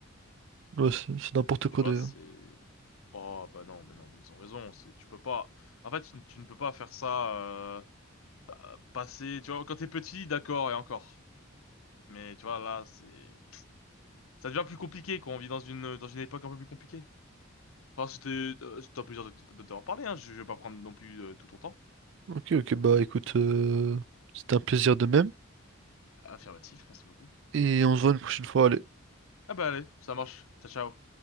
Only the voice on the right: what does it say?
Ouais, c'est c'est n'importe quoi
d'ailleurs.
Ok, ok, bah écoute, euh, c'était un plaisir de même,
et on se voit une prochaine fois, allez.